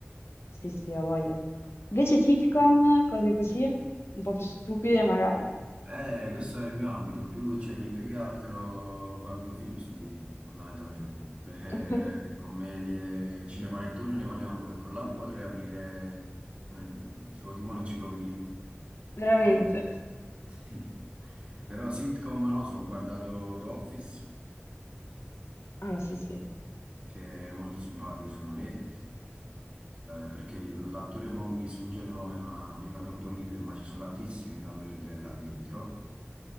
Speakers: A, on the left; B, on the right.
A: Sì, sì, ho voglia. Invece sitcom, cose così, un po' più stupide magari.
B: Eh, questo è il mio ambito, più, cioè, io più che altro guardo film stupidi, fondamentalmente. Eh,
A: <laughs>
B: commedie, cinepanettoni non ne parliamo proprio, perché là potrei aprire un- solo tipo un'enciclopedia.
A: Veramente.
B: Eh, sì. Però sitcom, non lo so, ho guardato The Office,
A: Ah, sì, sì.
B: che è molto simpatico secondo me, eh, perché l'attore mo mi sfugge il nome, ma mi fa troppo ridere, ma ci sono tantissimi che mi fanno ridere là dentro.